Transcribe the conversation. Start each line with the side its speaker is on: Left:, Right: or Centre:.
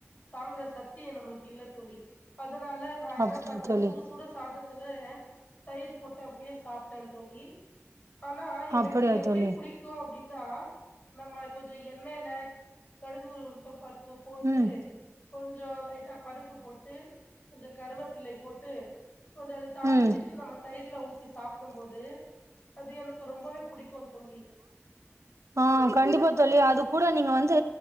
Left: தாங்குற சத்தியம் நம்மளுக்கு இல்ல தோழி அது அதனால நான் என்ன
Right: அப்டியா
Left: பண்ணறே
Right: தோழி
Left: சுடசூட சாதத்த த்துல தயிர் போட்டு அப்டியே சாப்டே தோழி ஆனா எனக்கு
Right: அப்டியா
Left: எப்டி
Right: தோழி
Left: புடிக்கூ அப்டின்னா நம்ம கொஞ்சோ எண்ணெய்ல கடுகு உலுத்தம் பருப்பு போட்டு
Right: ம்
Left: கொஞ்சோ லைட்டா பருப்பு போட்டு கொஞ்சோ கருவேப்பிள்ளை போட்டு கொஞ்சோ அது தாளிச்சிட்டு
Right: ம்
Left: நம்ம தயிர் ல ஊத்தி சாப்டும் போது அது எனக்கு ரொம்பவே புடிக்கூ தோழி
Right: ஆஹ் கண்டிப்பா தோழி அது கூட நீங்க வந்து